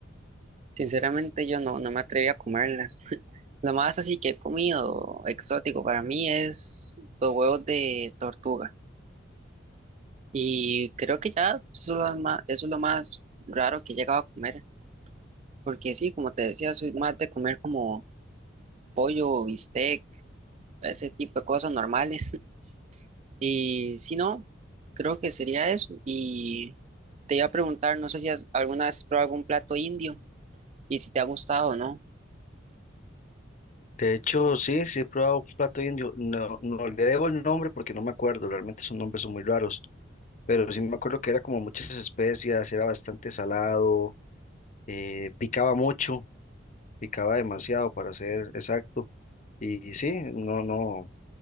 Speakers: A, on the right; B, on the left.
A: Sinceramente yo no, no me atreví a comerlas. <laughs> Lo más así que he comido exótico para mí es los huevos de tortuga. Y creo que ya eso es lo más, eso es lo más raro que he llegado a comer. Porque sí, como te decía, soy más de comer como pollo, bistec ese tipo de cosas normales. <laughs> Y si no, creo que sería eso. Y te iba a preguntar, no sé si has- alguna vez has probado algún plato indio y si te ha gustado o no.
B: De hecho, sí, sí he probado un plato indio. No, no le debo el nombre porque no me acuerdo, realmente esos nombres son muy raros, pero sí me acuerdo que era como muchas especias, era bastante salado, eh, picaba mucho, picaba demasiado para ser exacto. Y sí, no, no,